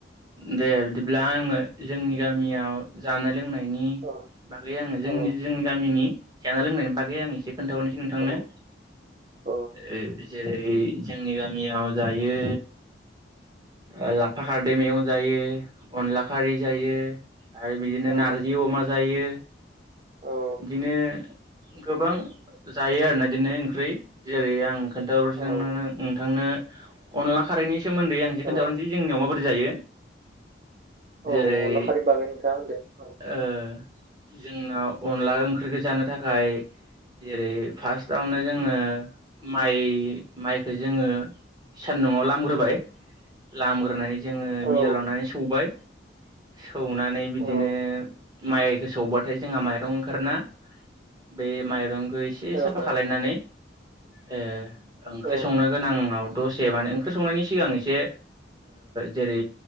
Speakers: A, on the right; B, on the right.
A: दे बिदिब्ला आङो जोंनि गामियाव जानाय लोंनाय
B: औ
A: बागै आङो जोंनि
B: औ
A: जोंनि गामिनि जना लोंनायनि बागै आं एसे खोन्थाहरनोसै नोंथांनो
B: औ <unintelligible>
A: ओ जेरै जोंनि गामियाव जायो ओ ला- फाखारदै मैगं जायो अनला खारै जायो आरो बिदिनो
B: औ
A: नार्जि अमा जायो
B: औ
A: बिदिनो गोबां जायो आरोना इदिनो ओंख्रि जेरै आं खोन्थाहरसै सो
B: औ
A: नों नों नोंथांनो अनला खारैनि सोमोन्दै आं एसे
B: औ
A: खोन्थाहरनोसै जोंनियाव माबोरै जायो
B: <unintelligible>
A: जेरै
B: अनला खारैनि बागै नोंथाङा होनदो औ
A: ओ जोंनाव अनला ओंख्रिखौ जानो थाखाय जेरै फार्स्टआवनो जोङो माइ माइखो जोङो सान्दुआव लामग्रोबाय लामग्रोनानै जोङो
B: औ
A: मिलाव लांनानै सौबाय सौनानै बिदिनो
B: औ
A: माइखौ सौबाथाय जोंहा माइ रं ओंखारना बे माइरंखौ एसे
B: औ
A: साफा खालायनानै ए ओंख्रि
B: औ
A: संनो गोनांयाव दसे माने ओंख्रि संनायनि सिगां एसे जेरै